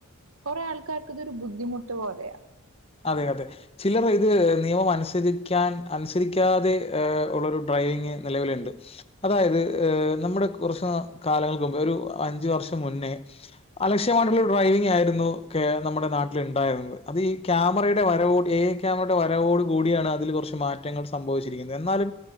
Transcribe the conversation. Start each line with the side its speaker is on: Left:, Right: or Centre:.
Right: കുറെേ ആൾക്കാർക്ക് ഇതൊരു ബുദ്ധിമുട്ട് പൊലയാണ്
Left: അതെ അതെ ചിലർ ഇ ഇത് നിയമം അനുസരിക്കാൻ അനുസരിക്കാതെ ഉള്ള ഒരു ഡ്രൈവിംഗ നിലവിലുണ്ട് അതായത്് നമ്മുടെ കുറച്ച് കാലങ്ങൾക്ക് മുമ്പ് ഒരു അഞ്ച് വർഷം മുന്നേ അലക്ഷ്യമായിട്ടുള്ള ഡ്രൈവിംഗ ആയിരുന്നു നമ്മുടെ നാട്ടിൽ ഉണ്ടായിരുന്നത് അത് ഈ ക്യാമറയുടെ വരവോട് എ <unintelligible> വരവോട് കൂ കൂടിയാണ് അതിൽ കുറച്ച് മാറ്റങ്ങൾ സംഭവിച്ചിരിക്കുന്നത് എന്നാലും